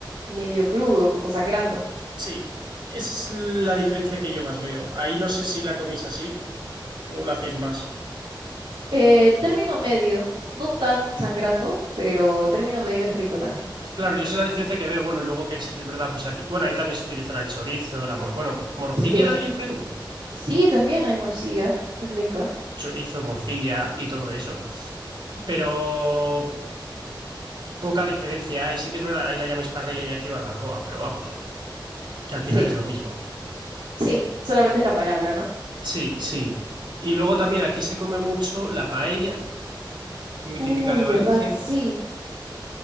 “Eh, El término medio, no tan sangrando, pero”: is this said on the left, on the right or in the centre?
Right